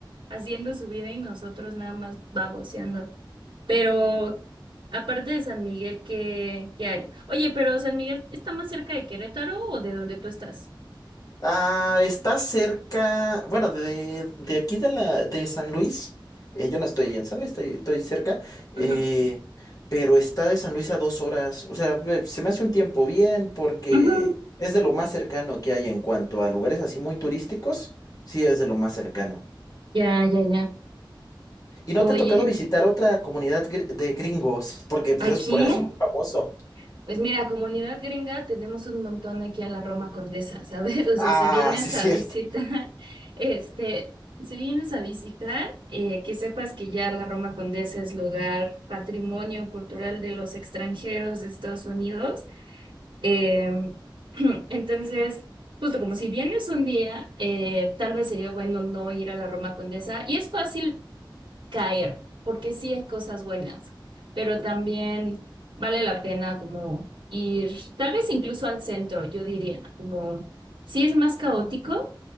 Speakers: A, on the right; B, on the left.
A: haciendo su vida y nosotros nada más baboseando. Pero aparte de San Miguel, ¿qué, qué hay? Oye, pero San Miguel está más cerca de Querétaro o de donde tú estás?
B: Ah, está cerca, bueno, de, de aquí de la de San Luis. eh, yo no estoy en San Luis, estoy, estoy cerca, eh,
A: Ujú.
B: pero está de San Luis a dos horas. O sea, ve, se me hace un tiempo bien porque
A: Ujú.
B: es de lo más cercano que hay en cuanto a lugares así muy turísticos. Sí, es de lo más cercano.
A: Ya, ya, ya.
B: ¿Y no
A: Oye,
B: te ha tocado visitar otra comunidad gr- de gringos? Porque pues
A: aquí,
B: es por eso
A: ¿eh?
B: es muy famoso.
A: pues mira, comunidad gringa tenemos un montón aquí en la Roma Condesa, ¿sabes? <laughs> O sea,
B: Ah,
A: si vienes
B: <laughs> sí, es
A: a
B: cierto.
A: visitar, <laughs> este, si vienes a visitar, eh, que sepas que ya la Roma Condesa es lugar patrimonio cultural de los extranjeros de Estados Unidos. Em, <clears throat> entonces, justo como si vienes un día, eh, tal vez sería bueno no ir a la Roma Condesa. Y es fácil caer, porque sí es cosas buenas, pero también vale la pena como ir, tal vez incluso al centro, yo diría, como sí es más caótico,